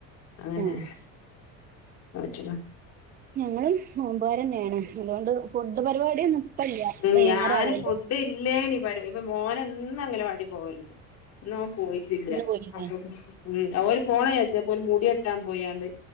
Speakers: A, on the left; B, on the right.
A: അങ്ങനെ,
B: ഉം ആ
A: മറ്റ
B: ഞങ്ങളും നോമ്പുകാര് തന്നെയാണ് അതുകൊണ്ട് ഫുഡ് പരിപാടിയൊന്നും ഇപ്പ ഇല്ല
A: മം
B: വൈകുന്നേരം
A: ഞാന്
B: ആവുമല്ലോ
A: ഫുഡ് ഇല്ലേ പറര ഇപ്പ മോന എന്ത് ഇന്ന അങ്ങനവാടി പോകരുത്. ഇന്നും അവൻ പോയിട്ടില്ല
B: ഇന്ന് പോയില്ലേ
A: അപ്പ മം അവ ഒരു <unintelligible> അപ്പൊ ഒരു മുടെട്ടാൻ പോയണ്ട്